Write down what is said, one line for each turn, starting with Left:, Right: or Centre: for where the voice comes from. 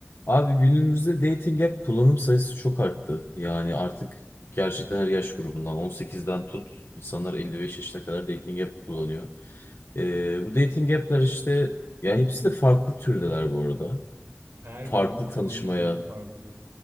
Left: Abi günümüzde dating app kullanım sayısı çok arttı. Yani artık gerçekten her yaş grubundan 18'den tut insanlar 55 yaşına kadar dating app kullanıyor. Ee, bu dating app'ler işte ya hepsi de farklı türdeler bu arada.
Right: Her
Left: Farklı
Right: birinin kullanım
Left: tanışmaya
Right: amacı farklı.